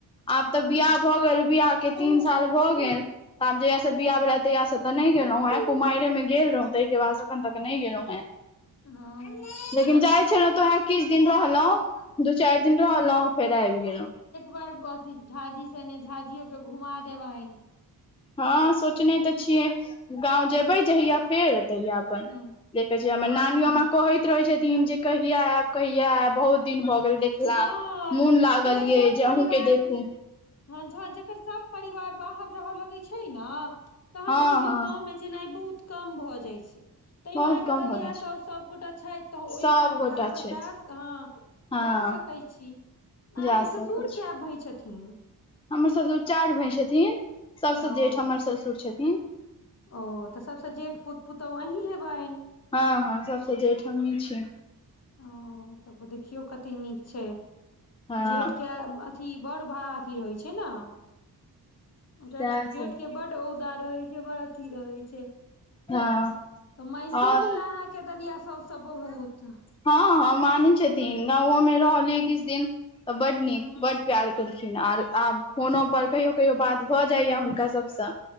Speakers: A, on the left (about 15°); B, on the left (about 40°).
A: आब
B: हूँ
A: तऽ बियाह भऽ गेल बियाह के तीन साल भऽ गेल तऽ आब जहियासँ
B: हूँ
A: बियाह भेल तहियासँ तऽ नहि गेलहुँ हैं कुमाइरे मे गेल रहौं ताहिके बाद अखन तक नहि गेलहुँ हें
B: हँ
A: लेकिन
B: चल
A: जाइ छलहु तऽ वएह किछु दिन रह लौं दू चारि दिन रहलौं फेर आइब गेलौं
B: झाझी से ने झाझियो के घुमा देबनि
A: हँ सोचने तऽ छियै गाँव जेबै जहिया फेर तहिया अपन
B: हँ
A: देखे छ हमर
B: हँ
A: नानियो मां कहैत रहे छथिन जे कहिया आएब कहिया आयब बहुत दिन भऽ गेल देखला
B: हँ
A: मोन लागल
B: जकर
A: यै
B: सब परिवार
A: जे अहूँ के देखू
B: हँ ज हँ जकर सब परिवार बाहर रहय लगे छै ने तहन
A: हँ
B: बुझियौ
A: हँ
B: गाँव मे जेनाइ बहुत कम भऽ जाइ छै तैयो
A: बहुत
B: अहाँके
A: कम
B: ददिया
A: भऽ जाइ छै
B: साउस सभगोटा छथि तऽ ओहि
A: सभगोटा
B: बहाने त अहाँ सब
A: छथि
B: ट्रांस हँ
A: हँ
B: जा सकै छी अहाँके
A: जा सकै
B: ससुर
A: छी
B: कए भाय छथिन
A: हमर ससुर चारि भाय छथिन सबसं
B: ओ
A: जेठ हमर ससुर छथिन
B: ओ तऽ सबस जेठ पुत पुतौह अहीं हेबइन
A: हँ हँ सबसे जेठ हमी छीयै
B: ओ तब देखियो कते नीक छै
A: हँ
B: जेठ के अथी बड़ भा अथी होय छै ने हं जे
A: सएह
B: जेठके
A: सब
B: बड औदा रहै छै बड़ अथी रहै छै
A: हँ
B: तऽ मनितो
A: आओर
B: हेता अहाँके ददिया साउस सभ बहुत
A: हँ हँ मानै छथिन गांवो मे रहलियै किछु दिन त बड नीक
B: हँ
A: बड प्यार केलखिन आर आब फोनो पर कहियो कहियो बात भऽ जाइया हुनका सभसँ